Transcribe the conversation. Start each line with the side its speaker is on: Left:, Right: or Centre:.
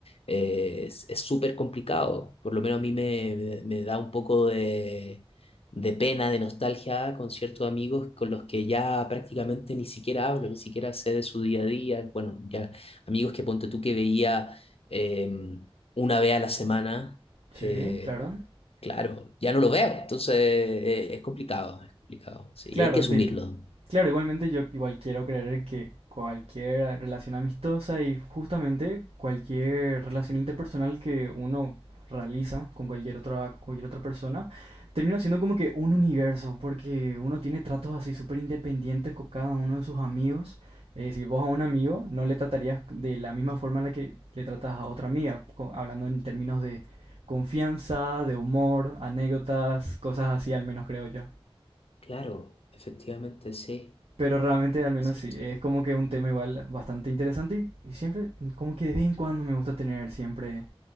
Left: eh, es es súper complicado, por lo menos a mí me, me me da un poco de de pena, de nostalgia con ciertos amigos con los que ya prácticamente ni siquiera hablo, ni siquiera sé de su día a día. Bueno, ya amigos que ponte tú que veía eh, una vez a la semana,
Right: Sí,
Left: eh,
Right: claro.
Left: claro, ya no lo veo. Entonces eh, es complicado, es complicado, sí,
Right: Claro,
Left: y hay que asumirlo.
Right: ti- claro, igualmente yo igual quiero creer que cualquier relación amistosa y justamente cualquier relación interpersonal que uno realiza con cualquier otra, cualquier otra persona, termina siendo como que un universo, porque uno tiene tratos así súper independientes con cada uno de sus amigos. Es decir, vos a un amigo no le tratarías de la misma forma en la que le tratas a otra amiga, co- hablando en términos de confianza, de humor, anécdotas, cosas así al menos creo yo.
Left: Claro, efectivamente, sí,
Right: Pero realmente, al menos
Left: cierto.
Right: sí, es como que un tema igual bastante interesante y, y siempre, como que de vez en cuando me gusta tener siempre,